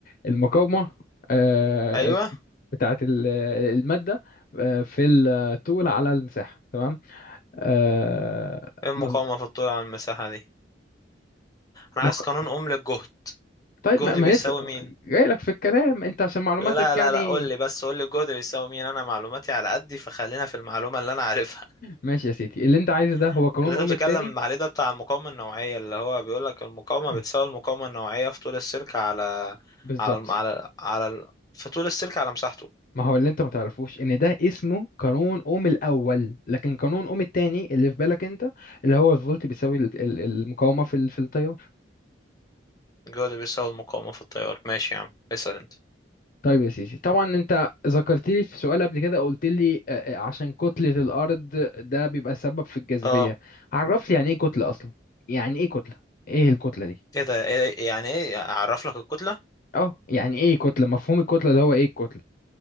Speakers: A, on the left; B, on the left.
A: المقاومة آه،
B: ايوه
A: بتاعة ال- المادة آه، في الطول على المساحة تمام آه،
B: إيه المقاومة
A: مظ-
B: في الطول على المساحة دي انا
A: مق-
B: عايز قانون اوم للجهد
A: طيب
B: الجهد
A: ما ما
B: بيساوي
A: لسه
B: مين
A: جاي لك في الكلام انت عشان معلوماتك
B: لا لا
A: يعني
B: لا قول لي بس قول لي الجهد بيساوي مين انا معلوماتي على قدي فخلينا في المعلومه اللي انا عارفها
A: ماشي يا سيدي اللي انت عايزه ده هو
B: <laughs>
A: قانون
B: اللي انت
A: اوم
B: بتتكلم
A: التاني
B: عليه ده بتاع المقاومه النوعيه اللي هو بيقول لك المقاومه
A: آه،
B: بتساوي المقاومه النوعيه في طول السلك على
A: بالظبط
B: على الم- على على ال- في طول السلك على مساحته
A: ما هو اللي انت ما تعرفوش ان ده اسمه قانون اوم الاول لكن قانون اوم التاني اللي في بالك انت اللي هو الفولت بيساوي ال- ال- المقاومة في ال- في التيار
B: الجهد بيساوي المقاومه في التيار ماشي يا عم اسال انت
A: طيب يا سيدي طبعا انت ذكرت لي في سؤال قبل كده قلت لي آه، آه، عشان كتلة الارض ده بيبقى سبب في الجاذبية
B: اه
A: عرف لي يعني ايه كتلة اصلا يعني ايه كتلة ايه الكتلة دي
B: ايه ده إيه يعني ايه اعرف لك الكتله
A: اه يعني ايه كتلة مفهوم الكتلة ده هو ايه الكتلة